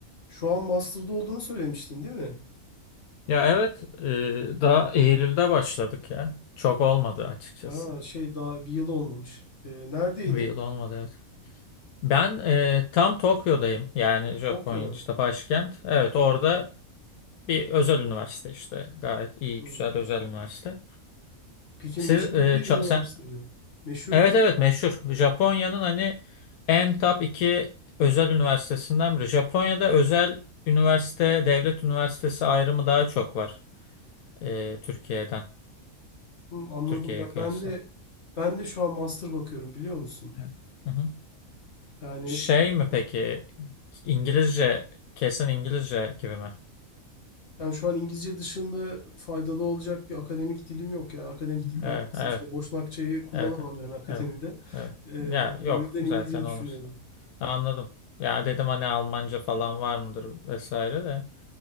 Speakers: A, on the left (about 50°); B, on the left (about 80°).
A: Şu an master'da olduğunu söylemiştin değil mi?
B: Ya evet, e, daha Eylül'de başladık ya. Çok olmadı açıkçası.
A: Ha, şey daha bir yıl olmamış. Ee, neredeydin?
B: Bir yıl olmadı evet. Ben e, tam Tokyo'dayım. Yani Japonya'nın
A: Tokyo.
B: işte başkent. Evet orada bir özel üniversite işte. Gayet iyi,
A: Hmm.
B: güzel özel üniversite.
A: Peki
B: Siz,
A: meşhur
B: e,
A: bir
B: ça-
A: üniversite
B: sen,
A: mi? Meşhur
B: evet
A: bir ünivers-
B: evet meşhur. Japonya'nın hani en top iki özel üniversitesinden biri. Japonya'da özel üniversite, devlet üniversitesi ayrımı daha çok var e, Türkiye'den.
A: Hmm, anladım.
B: Türkiye'ye
A: Ya
B: kıyasla.
A: ben de ben de şu an master bakıyorum biliyor musun?
B: Evet. Hı hı.
A: Yani
B: Şey mi peki? İngilizce, kesin İngilizce gibi mi?
A: yani şu an İngilizce dışında faydalı olacak bir akademik dilim yok yani akademik dilden
B: Evet,
A: kastım
B: evet,
A: işte Boşnakçayı kullanamam
B: evet, evet, evet,
A: yani <laughs> akademide.
B: evet. evet.
A: Ee,
B: Ya yok
A: o yüzden
B: zaten
A: İngilizce düşünüyorum.
B: olmaz. Anladım. Ya dedim hani Almanca falan var mıdır vesaire de.